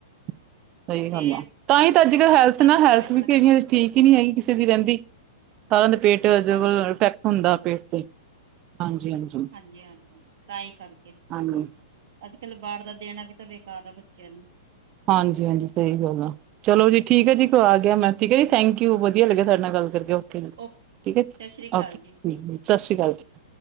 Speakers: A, on the right; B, on the right.
A: ਸਈ
B: ਜੇ
A: ਗੱਲ ਆ ਤਾਂ ਈ ਤਾਂ ਜਿਦੇ ਹੈਲਥ
B: ਸਾਨੂੰ
A: ਨਾ ਹੈਲਥ
B: ਘਰੇ
A: ਵੇ
B: ਬਣਾ
A: ਕਈਆ
B: ਕੇ
A: ਦੇ ਠੀਕ ਈ ਨੀ ਹੈਗੀ ਕਿਸੇ ਦੀ ਰੈਂਦੀ ਸਾਰੇਆ ਦੇ ਪੇਟ ਅ <unintelligible>
B: ਹਾਂਜੀ
A: ਇਫੈਕਟ ਹੁੰਦਾ ਪੇਟ ਤੇ ਹਾਂਜੀ-ਹਾਂਜੀ।
B: ਹਾਂਜੀ-ਹਾਂਜੀ ਤਾਂ ਈ ਕਰਕੇ।
A: ਹਾਂਜੀ।
B: ਆੱਜ-ਕੱਲ ਬਾਰ ਦਾ ਦੇਨਾ ਵੀ ਤਾਂ ਬੇਕਾਰ ਆ ਬੱਚਿਆਂ ਨੂੰ।
A: ਹਾਂਜੀ-ਹਾਂਜੀ ਸਈ ਗੱਲ ਆ ਚਲੋ ਜੀ ਠੀਕ ਐ ਜੀ ਵਦੀਆ ਮੈਂ ਠੀਕ ਏ ਜੀ ਥੈਂਕ ਯੂ ਵਦੀਆ ਲੱਗਿਆ ਤੁਆਡੇ ਨਾਲ ਗੱਲ ਕਰਕੇ ਓਕੇ
B: ਓ
A: ਠੀਕ ਐ ਜੀ
B: ਸਤਿ ਸ੍ਰੀ ਅਕਾਲ
A: ਓਕੇ।
B: ਜੀ
A: ਸਾਸੀਕਾਲ ਜੀ।